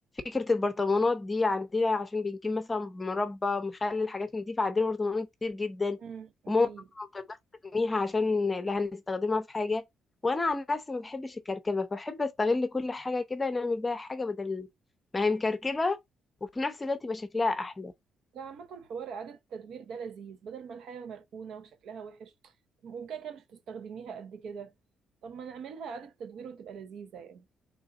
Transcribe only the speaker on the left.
فكرة البرطمانات دي عندنا عشان بنجيب مثلا مربى مخلل حاجات من دي فعندنا برطمانات كتير جدا
وماما طبعاً ما بتقدرش ترميها عشان لا هنستخدمها في حاجة وأنا عن نفسي ما بحبش الكركبة فبحب أستغل كل حاجة كده نعمل بيها حاجة بدل ما هي مكركبة وفي نفس الوقت يبقى شكلها أحلى